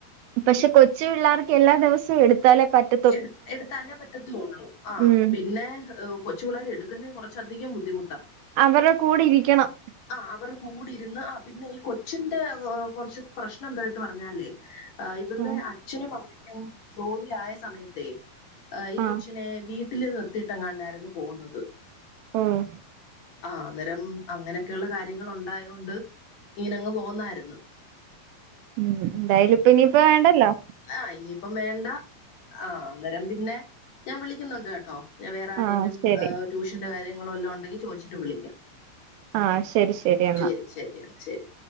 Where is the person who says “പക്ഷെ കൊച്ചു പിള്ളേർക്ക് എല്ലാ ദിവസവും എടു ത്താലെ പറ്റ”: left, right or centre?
Right